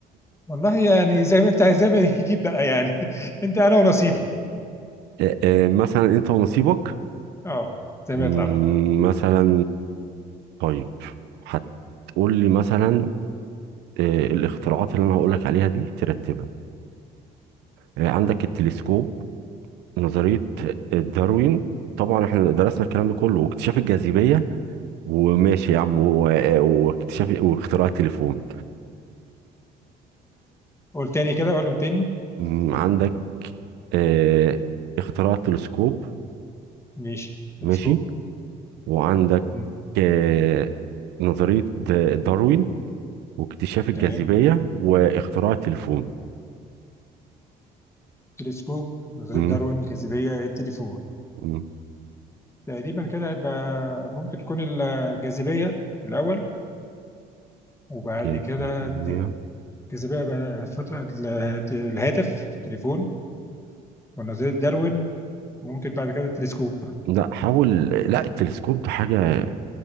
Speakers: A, on the left (about 15°); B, on the right (about 80°).
A: والله يعني زي ما انت زي ما يجيب بقى يعني <laughs> انت انا ونصيبي
B: اه، اه، مثلا أنت ونصيبك
A: اه زي
B: مم،
A: ما يطلع بقى
B: مثلا طيب هتقول لي مثلا آه، الاختراعات اللي انا هقول لك عليها دي ترتبها آه، عندك التلسكوب نظرية آه، داروين طبعا احنا درسنا الكلام ده كله واكتشاف الجاذبية وماشي يا عم و- آه، واكتشاف واختراع التليفون
A: قول تاني كده قولهم تاني
B: مم، عندك آه، اختراع التلسكوب
A: ماشي
B: ماشي
A: تلسكوب
B: وعندك
A: مم.
B: آه، نظرية د- داروين واكتشاف الجاذبية
A: تمام
B: واختراع التليفون
A: تلسكوب نظرية
B: مم،
A: داروين الجاذبية التليفون
B: مم،
A: تقريبا كده هيبقى ممكن تكون الجاذبية الأول وبعد
B: جاذبية
A: كده الت- الجاذبية بقى فترة الهات- الهاتف التليفون ونظرية داروين ممكن بعد كده التلسكوب
B: لا حاول لا التلسكوب ده حاجة